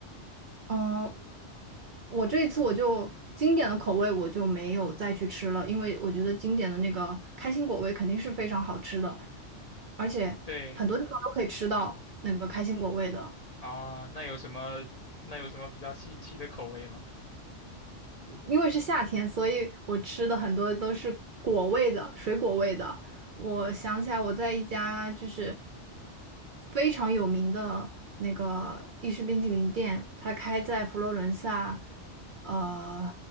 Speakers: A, on the right (about 55°); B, on the left (about 40°).
A: <laughs> 嗯，我这一次我就经典的口味我就没有再去吃了，因为我觉得经典的那个开心果味肯定是非常好吃的，而且很多地方都可以吃到那个开心果味的。
B: 对啊，那有什么那有什么比较新奇的口味吗？
A: 因为是夏天，所以我吃的很多都是果味的，水果味的。我想起来，我在一家就是非常有名的那个意式冰淇淋店，它开在佛罗伦萨，呃，